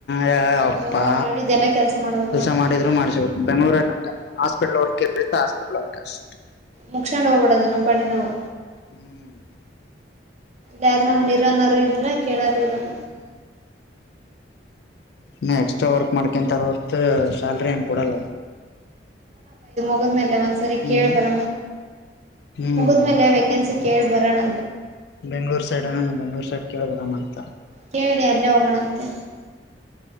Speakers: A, on the left (about 60°); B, on the right (about 35°).
A: ಯ
B: ಅಯ್ಯೋ
A: ಅಪ್ಪಾ
B: ಅವ್ರು ಹೇಳಿದ್ದೆಲ್ಲಾ ಕೆಲ್ಸ ಮಾಡ್ಬೇಕ್
A: ಕೆಲಸ
B: ಮತ್ತೆ
A: ಮಾಡಿದ್ರು ಮಾಡ್ಸಬೇಕು ಬೆಂಗಳೂರಲ್ಲ ಹಂಗಲ್ಲ ಹಾಸ್ಪಿಟಲ್ ವರ್ಕ್ ಇತ್ತ ಹಾಸ್ಪಿಟಲ್ ವರ್ಕ್ ಅಷ್ಟೇ
B: ಮುಕ್ಷಾಂಡ ಹೋಗಬೂಡದು ನಾಮ್ ಪಡಗೆ ನವು
A: ಹ್ಮ್
B: ಯಾರು <unintelligible> ನಮ ಇರನಾರ ಇಲ್ಲ ಕೇಳಾರ ಇರಲ್ಲ
A: ನೀ ಎಕ್ಸ್ಟ್ರಾ ವರ್ಕ್ ಮಾಡ್ಕೊಂತಾರ ಹೊ ಸ್ಯಾಲ್ರಿ ಏನ್ ಕೊಡಲ್ಲ
B: ಮುಗ್ಮೇಲೆ ಒಂದ್ಸರಿ
A: ಹ್ಮ್
B: ಕೇಳಬರ
A: ಹ್ಮ್
B: ಮುಗ್ಮೇಲೆ ವೇಕೆನ್ಸಿ ಕೇಳ ಬರೋಣ
A: ಬೆಂಗ್ಳೂರ್ ಸೈಡ್ ಹ ಬೆಂಗ್ಳೂರ್ ಸೈಡ್ ಕೇಳ ಬರ ಅ್ಂತ
B: ಕೇಳಿದೇ ಅಲ್ಲೇ ಹೋಗೋಣಂತೆ